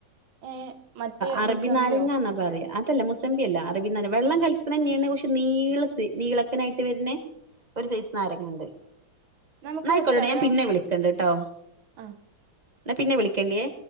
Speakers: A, on the right; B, on the right.
A: ഏഹ് മറ്റേ
B: അറബിന
A: മുസമ്പിയോ
B: നാരങ്ങന്നാ പറയാ അതല്ല മുസബിയല്ല അറബിന നാര വെള്ളം കളിക്കണ തന്നെയാണ് കൊച്ചച്ച് നീളസ് നീളക്കനായിട്ട് വരുന്നെ ഒരു സൈസ് നാരങ്ങുണ്ട്
A: നമുക്ക്
B: ആയിക്കോട്ടട്ട
A: വെച്ചാലോ
B: ഞാൻ പിന്നെ വിളിക്കണ്ട കേട്ടോ
A: ആ
B: എന്നാ പിന്നെ വിളിക്കണ്ടിയേ